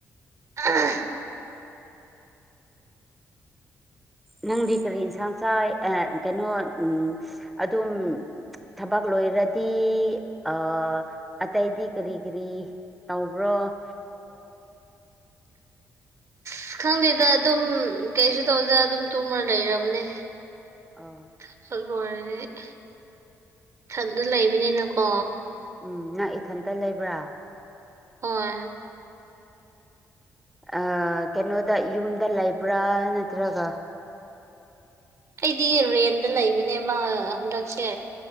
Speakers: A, on the right; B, in the centre.
A: ꯑꯥ
B: ꯅꯪꯗꯤ ꯀꯔꯤ ꯏꯟꯁꯥꯡ ꯆꯥꯏ ꯑꯦ ꯀꯩꯅꯣ ꯎꯝ ꯑꯗꯨꯝ ꯊꯕꯛ ꯂꯣꯏꯔꯗꯤ ꯑꯥ ꯑꯇꯩꯗꯤ ꯀꯔꯤ ꯀꯔꯤ ꯇꯧꯕ꯭ꯔꯣ
A: ꯑꯁ ꯈꯪꯗꯦꯗ ꯑꯗꯨꯝ ꯀꯩꯁꯨ ꯇꯧꯗꯦ ꯑꯗꯨꯝ ꯇꯨꯝꯔ ꯂꯩꯔꯕꯅꯦ
B: ꯑꯥ
A: <unintelligible> ꯏꯊꯟꯗ ꯂꯩꯕꯅꯤꯅꯀꯣ
B: ꯎꯝ ꯅꯪ ꯏꯊꯟꯇ ꯂꯩꯕ꯭ꯔꯥ
A: ꯑꯣꯏ
B: ꯑ ꯀꯩꯅꯣꯗ ꯌꯨꯝꯗ ꯂꯩꯕ꯭ꯔꯥ ꯅꯠꯇ꯭ꯔꯒ
A: ꯑꯩꯗꯤ ꯔꯦꯟꯗ ꯂꯩꯕꯅꯦꯕ ꯍꯟꯗꯛꯁꯦ